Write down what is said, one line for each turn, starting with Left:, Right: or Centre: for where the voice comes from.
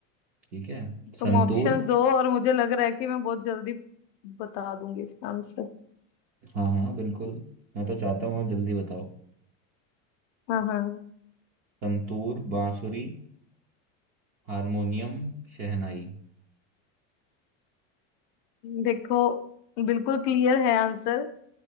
Right: ठीक है संतूर
Left: तुम ऑप्शंस दो और मुझे लग रहा है कि मैं बहुत जल्दी बता दूंगी इसका आंसर
Right: हाँ हाँ बिल्कुल मैं तो चाहता हूँ आप जल्दी बताओ
Left: हाँ हाँ
Right: संतूर बांसुरी हारमोनियम शहनाई
Left: देखो बिल्कुल क्लियर है आंसर